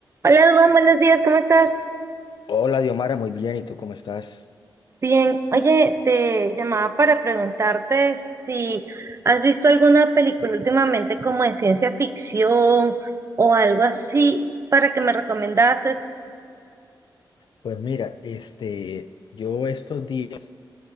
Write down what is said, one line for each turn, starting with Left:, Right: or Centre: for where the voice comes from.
Right: Hola, Duan, buenos días, ¿cómo estás?
Left: Hola, Diomara, muy bien. ¿Y tú cómo estás?
Right: Bien, oye, te llamaba para preguntarte si has visto alguna película últimamente como de ciencia ficción o algo así para que me recomendases.
Left: Pues mira, este, yo estos días